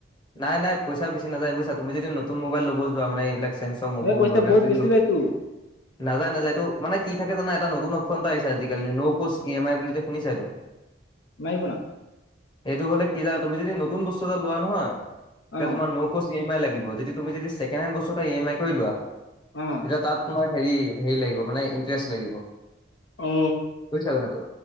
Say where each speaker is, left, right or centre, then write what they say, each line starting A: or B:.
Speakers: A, on the left; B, on the left.
A: নাই নাই পইচা বেছি নাযায় বুজিছা? তুমি যেতিয়া নতুন মোবাইল ল'ব যোৱা মানে এইবিলাক চেমচং, অ'পো,
B: এনে
A: ভিভ'
B: পইচা বহুত
A: এইবিলাক
B: বেছি
A: য
B: যায়তো
A: নাযা নাযায়, এইটো মানে কি থাকে জান এটা নুতুন অপচন এটা আহিছে আজিকালি ন' কোচ ই এম আই বুলি শুনিছা এইটো।
B: নাই শুনা।
A: এইটো হ'লে কি জানা তুমি যদি নতুন বস্তু এটা লোৱা নহয়। এতিয়া
B: অ
A: তোমাৰ ন কোচ ই এম আই লাগিব, যদি তুমি যদি তুমি ছেকেণ্ড হেড বস্তু এটা ই এম আই কৰি লোৱা
B: অ'।
A: এতিয়া তাত তোমাৰ হেৰি, হেৰি লাগিব মানে ইণ্টাৰেষ্ট লাগিব।
B: অ
A: বুজিছা কথাটো,